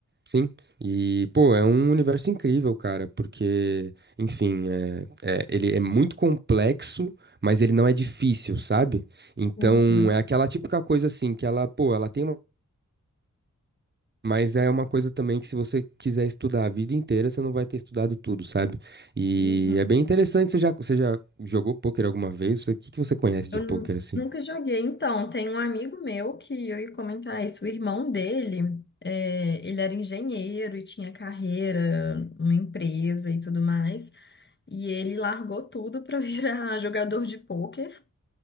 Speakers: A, on the right; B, on the left.
A: Sim, e pô, é um universo incrível, cara, porque, enfim, é, é- ele é muito complexo, mas ele não é difícil, sabe? Então,
B: Uhum,
A: é aquela típica coisa assim, que ela, pô, ela tem uma. Mas é uma coisa também que, se você quiser estudar a vida inteira, você não vai ter estudado tudo, sabe? E
B: uhum.
A: é bem interessante. Você já, você já jogou pôquer alguma vez? Você- O que que você conhece
B: Eu
A: de pôquer
B: nu-
A: assim?
B: nunca joguei. Então, tem um amigo meu que eu ia comentar isso. O irmão dele, é, ele era engenheiro e tinha carreira, uma empresa e tudo mais. E ele largou tudo para <laughs> virar jogador de pôquer.